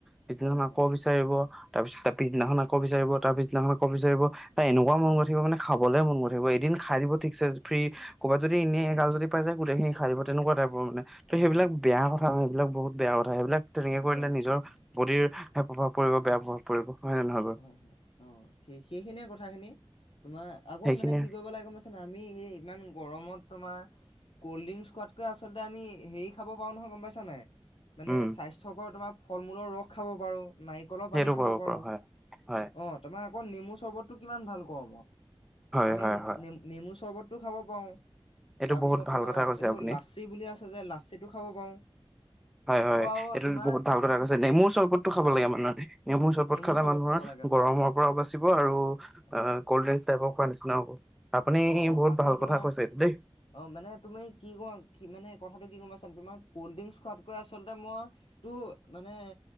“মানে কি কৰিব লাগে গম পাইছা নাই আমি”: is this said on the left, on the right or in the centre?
Left